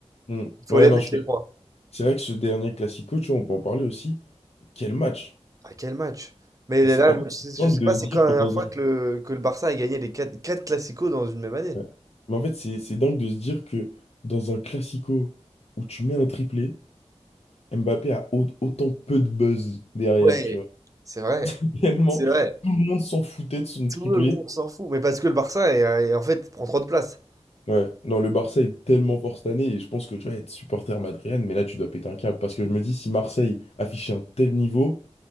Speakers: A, on the left; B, on the right.
A: Hmm.
B: Il faut
A: Ouais,
B: les
A: non,
B: mettre,
A: je suis
B: les
A: d'accord.
B: trois.
A: C'est vrai que ce dernier Classico, tu vois, on peut en parler aussi. Quel match!
B: À quel match? Mais
A: Et c'est,
B: là,
A: en
B: moi,
A: fait,
B: je sais
A: c'est dingue
B: je sais
A: de
B: pas,
A: se
B: c'est
A: dire
B: quand la
A: que
B: dernière
A: dans
B: fois
A: un...
B: que le, que le Barça a gagné les 4, quatre Clasico dans une même année.
A: ouais. Mais en fait, c'est c'est dingue de se dire que dans un classico où tu mets un triplé, Mbappé a au- autant peu de buzz derrière,
B: Ouais,
A: tu vois.
B: C'est vrai,
A: <laughs> Tellement,
B: c'est vrai.
A: tout le monde s'en foutait de son triplé.
B: Tout le monde s'en fout. Mais parce que le Barça, est- est- en fait, prend trop de place.
A: Ouais, non, le Barça est tellement fort cette année et je pense que tu vas être supporter madrilène, mais là, tu dois péter un câble parce que je me dis, si Marseille affichait un tel niveau,